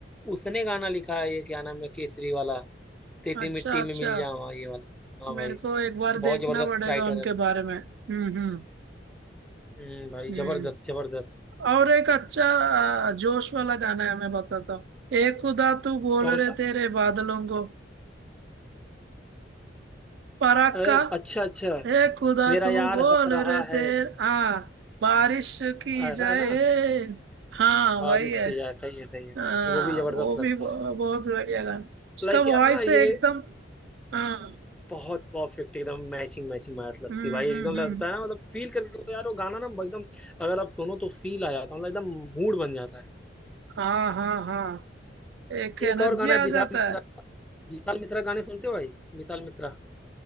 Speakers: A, in the centre; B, on the right (about 65°).
A: उसने गाना लिखा है ये क्या नाम है केसरी वाला तेरी
B: अच्छा
A: मिट्टी
B: अच्छा
A: में मिल जाऊँ ये वाला हाँ
B: मेरे
A: भाई
B: को एक बार
A: बहुत
B: देखना
A: जबरदस्त
B: पड़ेगा
A: राइटर
B: उनके
A: है
B: बारे में हम्म हम्म
A: हम्म भाई
B: हम्म
A: जबरदस्त जबरदस्त
B: और एक अच्छा आ, जोश वाला गाना है मैं बताता हूँ ए खुदा तू बोल
A: कौन
B: रहे
A: सा
B: तेरे बादलों को फराक
A: अरे,
B: का
A: अच्छा अच्छा
B: ए खुदा
A: मेरा
B: तू
A: यार
B: बोल
A: हंस रहा
B: रहे
A: है
B: तेरे हाँ बारिश की
A: ऐसा
B: जाए
A: है ना
B: हाँ
A: बारिश
B: वही है
A: की ऐसा ही है सही है
B: हाँ
A: वो भी जबरदस्त
B: वो भी
A: लगता
B: ब-
A: है
B: बहुत बढ़िया गाना उसका
A: लाइक यार
B: वॉइस
A: ना ये
B: है एकदम हाँ
A: बहुत परफेक्ट एकदम मैचिंग मैचिंग मैच लगती
B: हम्म
A: है भाई एकदम
B: हम्म
A: लगता
B: हम्म
A: है ना मतलब फील करके तो यार वो गाना ना एकदम अगर आप सुनो तो फील आ जाता है मतलब एकदम मूड बन जाता है
B: हाँ हाँ हाँ एक एनर्जी
A: एक और गाना
B: आ
A: है विशाल
B: जाता
A: मिश्रा
B: है
A: का विशाल मिश्रा गाने सुनते हो भाई विशाल मिश्रा